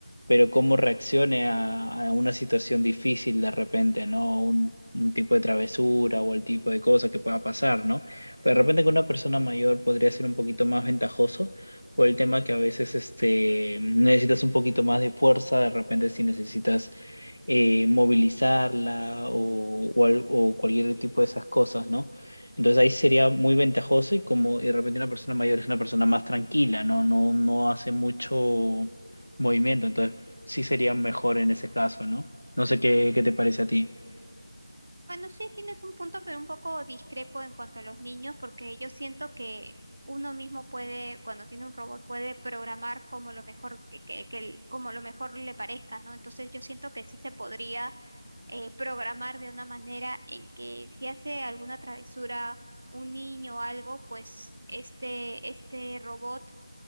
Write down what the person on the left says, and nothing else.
pero cómo reaccione a, a una situación difícil de repente, ¿no? Un, un tipo de travesura o el tipo de cosa que pueda pasar, ¿no? Pero de repente con una persona mayor podría ser un poquito más ventajoso por el tema que a veces este, necesitas un poquito más de fuerza, de repente si necesitas eh, movilizarla o, o al- o cualquier tipo de esas cosas, ¿no? Entonces ahí sería muy ventajoso y como y de repente una persona mayor es una persona más tranquila, no, no, no hace mucho movimiento, entonces sí sería mejor en ese caso, ¿no? No sé qué, qué te parece a ti.